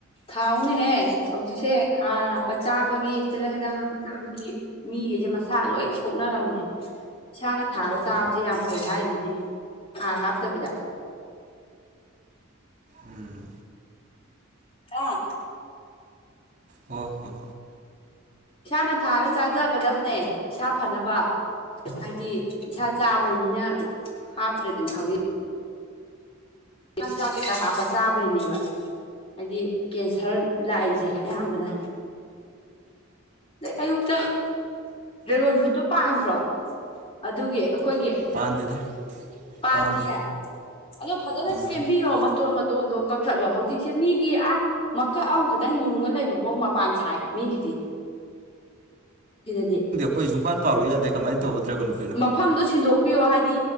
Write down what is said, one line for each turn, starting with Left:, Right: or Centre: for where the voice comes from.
Left: ꯊꯥꯎꯅꯦꯍꯦ ꯍꯧꯖꯤꯛꯁꯦ ꯍꯥꯔ ꯍꯥ ꯄ ꯆꯥꯕꯒꯤ ꯇꯤꯜꯍꯟ ꯍꯤꯗ ꯍꯥꯄ ꯆꯥꯕꯒꯤ ꯃꯤꯈꯩꯁꯦ ꯃꯁꯥ ꯂꯣꯏ ꯁꯣꯛꯅꯔꯝꯃꯦ ꯏꯁꯥꯅ ꯊꯥꯔ ꯆꯥꯕꯁꯤ
Right: ꯎꯝ
Left: ꯌꯥꯝ ꯐꯩ ꯍꯥꯏꯔꯤꯅꯦ ꯍꯥꯔ ꯍꯥꯞꯇꯕꯤꯗ
Right: ꯎꯝ
Left: ꯑ
Right: ꯍꯣꯏ ꯍꯣ ꯍꯣꯏ
Left: ꯏꯁꯥꯅ ꯊꯥꯔ ꯆꯥꯖꯒꯗꯕꯅꯦ ꯏꯁꯥ ꯐꯅꯕ ꯍꯥꯏꯗꯤ ꯏꯁꯥ ꯆꯥꯕꯅꯤꯅ ꯍꯥꯞꯇ꯭ꯔꯦꯗꯅ ꯍꯧꯖꯤꯛ ꯆꯤꯟꯖꯥꯛ ꯀꯩꯀꯥ ꯍꯥꯞꯄ ꯆꯥꯕꯩꯅꯦꯕ ꯍꯥꯏꯗꯤ ꯀꯦꯟꯁꯔ ꯂꯥꯛꯏꯁꯦ ꯑꯌꯥꯝꯕꯅ ꯑꯌꯨꯛꯇ ꯗ꯭ꯔꯦꯒ ꯇꯨ ꯄꯥꯟꯗ꯭ꯔꯣ ꯑꯗꯨꯒꯤ ꯑꯩꯈꯣꯏꯒꯤ
Right: ꯄꯥꯟꯗꯦꯗ
Left: ꯄꯥꯟꯗꯤꯌꯦ
Right: ꯄꯥꯟꯗꯦ
Left: ꯑꯗꯣ ꯐꯖꯅ
Right: ꯎꯝ
Left: ꯁꯦꯝꯕꯤꯌꯣ ꯃꯇꯣꯟ ꯃꯇꯣꯟꯗꯣ ꯀꯛꯊꯠꯂꯣ ꯍꯧꯖꯤꯛꯁꯦ ꯃꯤꯒꯤ ꯑ ꯃꯀꯛ ꯑꯃꯈꯛꯇꯪ ꯌꯨꯡꯉ ꯂꯩꯕꯐꯧ ꯃꯄꯥꯟ ꯁꯥꯏ ꯃꯤꯒꯤꯗꯤ ꯀꯤꯗꯗꯤ
Right: ꯈꯣꯏꯨꯡꯥꯟꯥꯜꯂ ꯌꯥꯗꯦ ꯀꯃꯥꯏ ꯇꯧꯕꯗ꯭ꯔꯒꯅꯣ
Left: ꯃꯐꯝꯗꯣ ꯁꯤꯟꯗꯣꯛꯄꯤꯌꯣ ꯍꯥꯏꯗꯤ